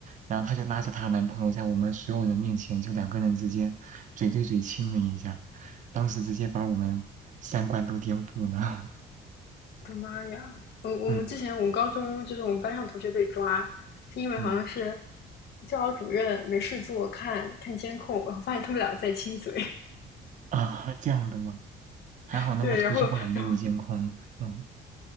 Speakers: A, on the right (about 45°); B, on the left (about 60°).
A: 然后她就拉着她男朋友在我们所有人面前，就两个人之间嘴对嘴亲了一下。当时直接把我们三观都颠覆了。<laughs>
B: 我的妈呀！我我们之前我们高中就是我们班上同学被抓，
A: 嗯
B: 是因为好像是
A: 嗯
B: 教导主任没事做看看监控，然后发现他们俩在亲嘴。
A: 啊，这样的吗？还好那个图书馆没有监控。
B: <laughs> 对，然后然后
A: 嗯